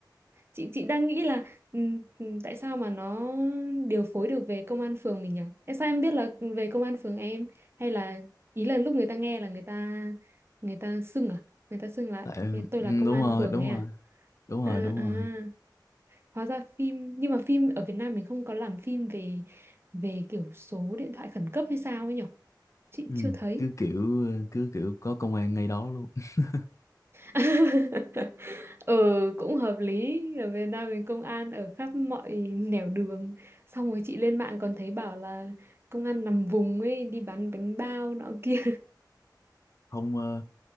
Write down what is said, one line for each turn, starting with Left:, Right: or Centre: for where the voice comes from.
Right: chị chị đang nghĩ là ừm, ừm, tại sao mà nó điều phối được về công an phường mình nhỉ Tại sao em biết là về công an phường em hay là ý là lúc người ta nghe là người ta người ta xưng à người ta xưng là
Left: tại ừm,
Right: "Ê, tôi là công
Left: đúng
Right: an
Left: rồi
Right: phường
Left: đúng
Right: ấy
Left: rồi
Right: à
Left: đúng
Right: à,
Left: rồi đúng
Right: à
Left: rồi
Right: hóa ra phim nhưng mà phim ở Việt Nam mình không có làm phim về về kiểu số điện thoại khẩn cấp hay sao ấy nhỉ chị
Left: Ừ,
Right: chưa thấy
Left: cứ kiểu cứ kiểu có công an ngay đó luôn <laughs>
Right: <laughs> ừ cũng hợp lý ở Việt Nam mình công an ở khắp mọi nẻo đường xong rồi chị lên mạng còn thấy bảo là công an nằm vùng ấy đi bán bánh bao nọ kia
Left: không ờ,